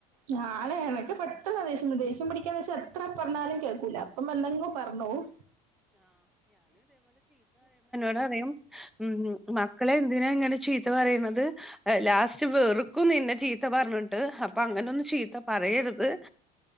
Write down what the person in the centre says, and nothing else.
ഉപ്പ പറയും മക്കളെ എന്തിനാ ഇങ്ങനെ ചീത്ത പറയുന്നത് ലാസ്റ്റ് വെറുക്കും നിന്നെ ചീത്ത പറഞ്ഞിട്ട് അപ്പൊ അങ്ങനൊന്നും ചീത്ത പറയരുത്